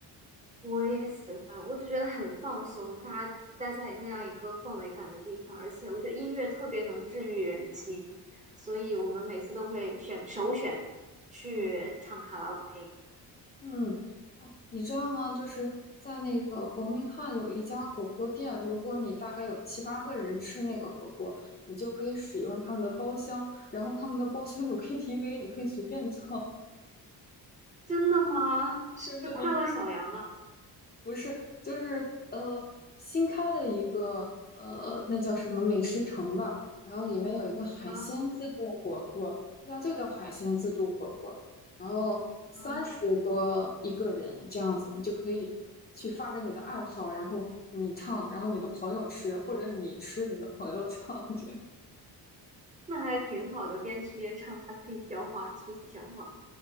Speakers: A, on the right; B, on the left.
A: 我也喜欢，我就觉得很放松，大家待在那样一个氛围感的地方，而且我觉得音乐特别能治愈人心，所以我们每次都会选首选去唱卡拉
B: 嗯
A: OK。
B: 嗯，哦，你知道吗？就是在那个伯明翰有一家火锅店，如果你大概有七八个人吃那个火锅，你就可以使用他们的包厢，然后他们的包厢有 KTV，你可以随便唱，
A: 真的吗？
B: <laughs>
A: 是快乐小羊吗？
B: 真的，你不是，就是呃新开的一个呃那叫什么美食城吧，然后里面有一个海鲜自助火锅，
A: 啊
B: 它就叫海鲜自助火锅，然后三十多一个人这样子，
A: 啊，
B: 你就可以去发展你的爱好，然后你唱，然后你的朋友吃，或者你吃你的朋友唱，这
A: 那还挺好的，边吃边唱，还可以消化，促进消化。